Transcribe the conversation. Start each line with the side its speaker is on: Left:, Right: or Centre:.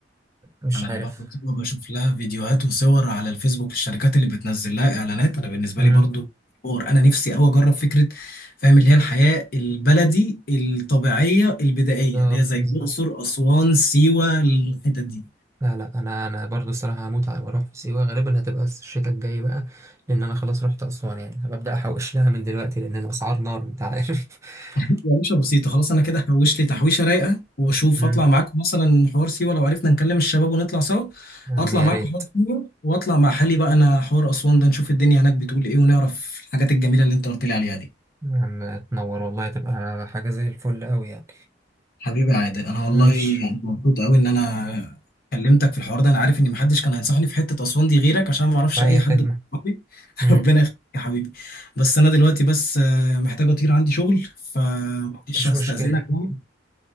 Right: مش
Left: انا
Right: عارف
Left: برضه بتبقى بشوف لها فيديوهات وصور على الفيسبوك للشركات اللي بتنزل لها اعلانات انا بالنسبه
Right: امم
Left: لي برضه حوار انا نفسي قوي اجرب فكره فاهم اللي هي الحياه البلدي الطبيعيه البدائيه
Right: بالظبط
Left: اللي هي زي
Right: بالظبط
Left: الاقصر اسوان سيوه الحتت دي
Right: لا لا انا انا برضو الصراحة هموت على- واروح في سيوة غالبا هتبقى الشتاء الجاي بقى لان انا خلاص رحت اسوان يعني هبدأ احوش لها من دلوقتي لان الاسعار نار انت عارف <laughs>
Left: <laughs> يا باشا بسيطه خلاص انا كده هحوش لي تحويشه رايقه واشوف
Right: امم
Left: اطلع معاكم مثلا حوار سيوه لو عرفنا نكلم الشباب ونطلع سوا
Right: يا عم
Left: اطلع
Right: يا
Left: معاكم
Right: ريت
Left: حوار سيوه واطلع مع حالي بقى انا حوار اسوان ده نشوف الدنيا هناك بتقول ايه ونعرف الحاجات الجميله اللي انت قلت لي عليها دي
Right: يا عم تنور والله تبقى حاجة زي الفل قوي يعني
Left: حبيبي يا عادل انا والله
Right: ماشي
Left: يعني مبسوط قوي ان انا كلمتك في الحوار ده انا عارف ان محدش كان هينصحني في حته اسوان دي غيرك عشان ما اعرفش
Right: بأي
Left: اي حد
Right: خدمة
Left: من صحابي. <laughs>
Right: امم
Left: ربنا يخليك يا حبيبي بس انا دلوقتي بس آه، محتاج اطير عندي شغل فمعلش
Right: مش
Left: هستأذنك
Right: مشكلة
Left: يعني.